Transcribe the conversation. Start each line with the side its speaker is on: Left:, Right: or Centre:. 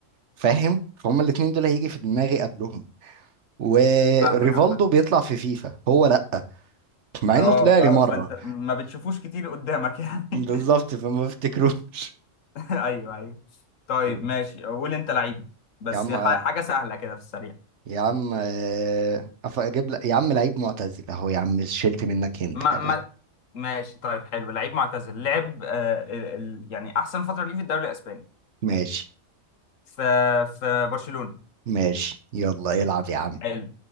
Right: فاهم فهم الاتنين دول هيجي في دماغي قبلهم وريفالدو
Left: فاهمك عامه
Right: بيطلع في فيفا هو لا مع
Left: اه
Right: انه طلع لي
Left: ف... فانت
Right: مره
Left: ما بتشوفوش كتير قدامك <laughs> يعني
Right: بالظبط فما افتكروش
Left: <laughs> ايوه ايوه طيب
Right: <laughs>
Left: ماشي قول انت لعيب بس
Right: يا عم
Left: ح- حاجه سهله كده في السريع
Right: يا عم آه، أف- اجيب لك يا عم لعيب معتزل اهو يا عم شلت منك هنت
Left: ما
Right: كمان
Left: ما ماشي طيب حلو لعيب معتزل لعب آه ال... ال... يعني احسن فتره ليه في الدوري الاسباني
Right: ماشي
Left: في في برشلونه
Right: ماشي يلا العب يا عم
Left: حلو